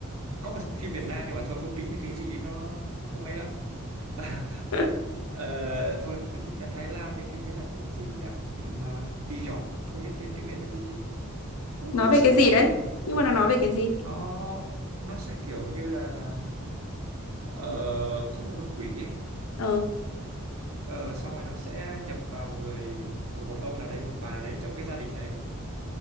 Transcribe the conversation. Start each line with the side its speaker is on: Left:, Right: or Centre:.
Right: có một phim Việt Nam nhưng mà thôi không tính là kinh dị đi nó nó không hay lắm <laughs>
Left: <laughs>
Right: Ờ, thôi cứ tính là Thái Lan đi phim đấy là phim gì nhỉ phim uh, Ti Giọt không biết tên tiếng Việt là gì thì cũng
Left: nói
Right: không
Left: về
Right: sợ
Left: cái gì
Right: lắm
Left: đấy nhưng mà nó nói về cái gì
Right: nó nó sẽ kiểu như là ờ, có một con quỷ ấy
Left: ờ
Right: Ờ, xong rồi nó sẽ nhập vào người của một ông nào đấy một bà nào đấy trong cái gia đình đấy